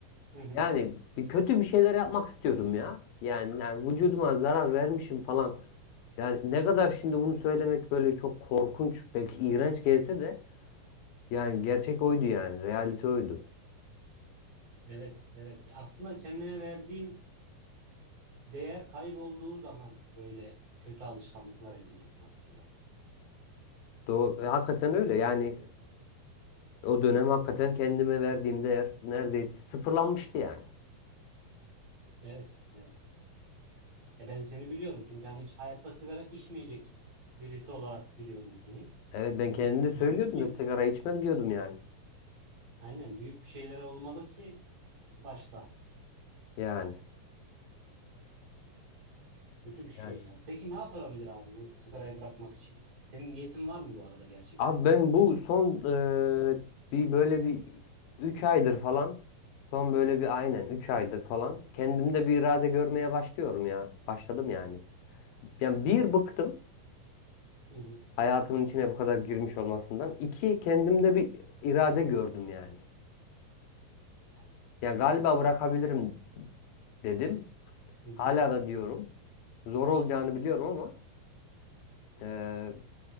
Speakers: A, on the right; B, on the left.
A: Hı hı.
B: yani bir kötü bir şeyler yapmak istiyordum ya. Yani, yani vücuduma zarar vermişim falan. Yani ne kadar şimdi bunu söylemek böyle çok korkunç belki iğrenç gelse de Yani gerçek oydu yani. Realite oydu.
A: Evet, evet. E, Aslında kendine verdiğin değer kaybolduğu zaman böyle kötü alışkanlıklar ediniyorsun aslında.
B: Doğru. e, hakikaten öyle. Yani e, o dönem hakikaten kendime verdiğim değer neredeyse sıfırlanmıştı yani.
A: Evet, evet. E ben seni biliyorum çünkü hani hiç hayatta sigara içmeyecek birisi olarak biliyordum seni.
B: Evet ben kendim de söylüyordum
A: E Demek ki
B: da sigara içmem diyordum yani.
A: aynen büyük bir şeyler olmalı ki başla.
B: Yani.
A: Kötü bir şey
B: Yani.
A: ya. Peki ne yapılabilir abi bu sigarayı bırakmak için? Senin niyetin var mı bu arada gerçekten?
B: Abi ben bu son e, bir böyle bir 3 aydır falan son böyle bir aynen 3 aydır falan kendimde bir irade görmeye başlıyorum ya. Başladım yani. Yani bir bıktım
A: Hı hı.
B: hayatımın içine bu kadar girmiş olmasından. İki kendimde bir irade gördüm yani.
A: Evet.
B: Ya galiba bırakabilirim dedim.
A: Hı hı.
B: Hala da diyorum. Zor olacağını biliyorum ama eee,